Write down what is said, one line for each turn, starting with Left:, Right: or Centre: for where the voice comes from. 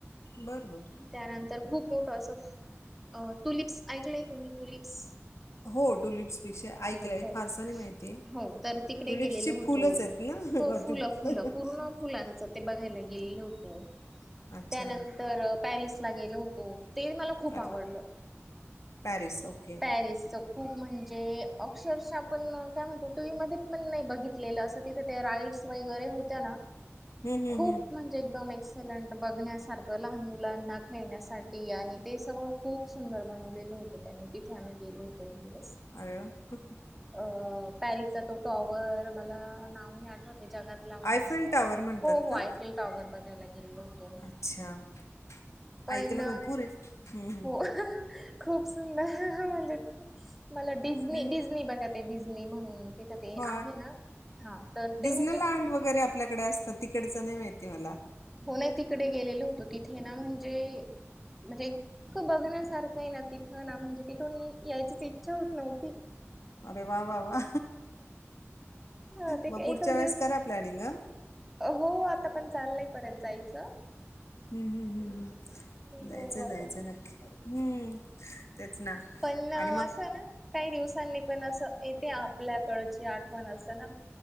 Left: बरं.. बरं...
Centre: त्यानंतर खूप मोठं असं, टुलिप्स ऐकलंय तुम्ही? टुलिप्स
Left: हो... टुलिप्स, विषय ऐकलाय
Centre: हो
Left: फारसा नाही माहिती
Centre: हो तर तिकडे
Left: टुलिप्सची
Centre: गेलेलो होतो
Left: फुलंच आहेत? ना
Centre: हो
Left: त
Centre: फुलं फुलं
Left: ह
Centre: पूर्ण
Left: <inaudible>
Centre: फुलांचं ते बघायला गेलेलं होत.
Left: अच्छा.
Centre: त्यानंतर पॅरिसला गेलो होतो. ते मला खूप
Left: अरे,
Centre: आवडलं.
Left: पॅरिस! ओके
Centre: पॅरिसचं खूप म्हणजे अक्षरशः आपण काय म्हणतो. टीव्ही मध्ये पण नाही बघितलेलं. असं तिथे त्या राईड्स वगैरे होत्या ना
Left: हम्म हम्म
Centre: खूप
Left: हम्म
Centre: म्हणजे एकदम एक एक्सेलेंट बघण्यासारखं लहान मुलांना खेळण्यासाठी आणि ते सगळं खूप सुंदर बनवलेलं होतं. त्यांनी तिथे आम्ही गेलो होतो. एक दिवस
Left: अरे व्वा!
Centre: अ पॅरिसचा तो टॉवर मला नाव नाही आठवत ए जगात ला उंच
Left: आयफेल टॉवर म्हणतात
Centre: हो हो
Left: का?
Centre: आयफिल टॉवर बघायला गेलेलो होतो.
Left: अच्छा.
Centre: पण,
Left: ऐकायला भरपूर आहे. हम्म.
Centre: हो खूप सुंदर म्हणजे मला डिझनी
Left: यू
Centre: डिझनी बघा ते डिझनी म्हणून तिथं ते
Left: ह
Centre: आहे ना हा तर ते
Left: डीझनी
Centre: म्हणजे
Left: लँड
Centre: खूप
Left: वगैरे आपल्याकडे असत. तिकडचं नाही माहिती मला.
Centre: हो नाही, तिकडे गेलेलो होतो. तिथे ना म्हणजे, म्हणजे इतकं बघण्यासारखं आहे ना तिथं ना म्हणजे तिथून यायचीच इच्छा होत नव्हती.
Left: अरे वा वा वा!
Centre: ह ते
Left: मग
Centre: काय
Left: पुढच्या
Centre: एकच
Left: वेळेस
Centre: दिवस
Left: करा प्लॅनिंग अ
Centre: हो आता पण चाललंय परत जायचं
Left: हम्म हम्म हम्म हम्म जायचं
Centre: बघू आता
Left: जायचं नक्की हम्म तेच ना
Centre: पण असं
Left: आणि मग
Centre: ना काही दिवसांनी पण असं येते आपल्याकडची आठवण असं ना